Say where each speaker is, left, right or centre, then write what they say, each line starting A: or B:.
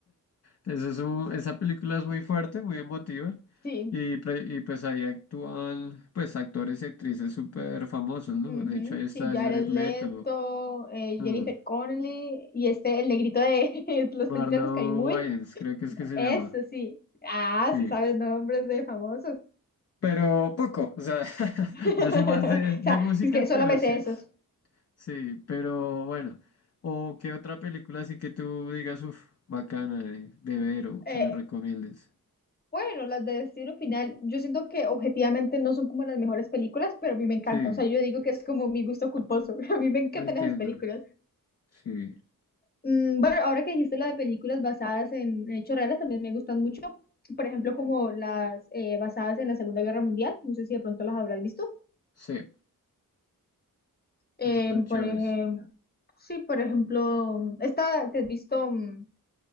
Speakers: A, on the left; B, on the left.
A: eso es un- esa película es muy fuerte, muy emotiva
B: Sí.
A: y, pre- y pues ahí actúan pues actores y actrices súper famosos, ¿no?
B: Ujú,
A: De hecho, ahí está
B: Sí, Jared
A: Jared
B: Leto,
A: Leto,
B: eh,
A: ah,
B: Jennifer Connelly y este, el negrito de <laughs> las
A: Marlon
B: películas de Scary Movie.
A: Wayans, creo que es que se
B: Eso
A: llama.
B: sí. Ah,
A: Sí.
B: sí sabes nombres de famosos.
A: pero poco, o sea, <laughs>
B: <laughs>
A: yo soy
B: O
A: más de, de
B: sea,
A: música,
B: es que solo
A: pero
B: me
A: sí,
B: sé esos.
A: sí, pero bueno, o qué otra película así que tú digas, uff, bacana de, de ver o
B: Eh,
A: que me recomiendes.
B: bueno, las de Destino Final, yo siento que objetivamente no son como las mejores películas, pero a mí me encantan.
A: Sí,
B: O sea, yo digo que es como mi gusto culposo. <laughs> A mí me encantan
A: lo entiendo,
B: esas películas.
A: sí,
B: Mm, Bueno, ahora que dijiste la de películas basadas en, en hechos reales, también me gustan mucho. Por ejemplo, como las eh, basadas en la Segunda Guerra Mundial. No sé si de pronto las habrás visto.
A: sí,
B: Eh,
A: esas son chéveres,
B: por ejemplo, sí, por ejemplo, esta te has visto mm,